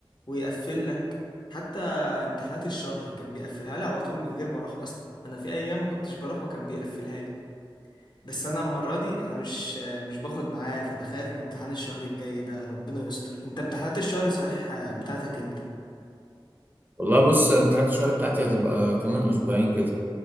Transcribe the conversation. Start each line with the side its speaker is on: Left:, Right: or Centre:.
Left: ويقفل لك حتى امتحانات الشهر كان بيقفلها لي على طول من غير ما اروح اصلا انا في ايام ما كنتش بروح وكان بيقفلها لي بس انا المره دي انا مش مش باخد معاه فانا خايف من امتحان الشهر الجاي ده ربنا يستر انت امتحانات الشهر صحيح بتاعتك امتى
Right: والله بص امتحانات الشهر بتاعتي هتبقى كمان اسبوعين كده